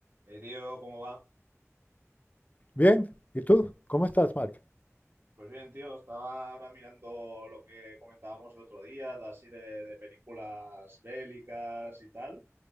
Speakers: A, on the right (about 50°); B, on the left (about 30°).
A: Eh, tío, ¿cómo va?
B: Bien, ¿y tú? ¿Cómo estás, Mark?
A: Pues bien, tío, estaba ahora mirando lo que comentábamos el otro día, de así de, de películas bélicas y tal.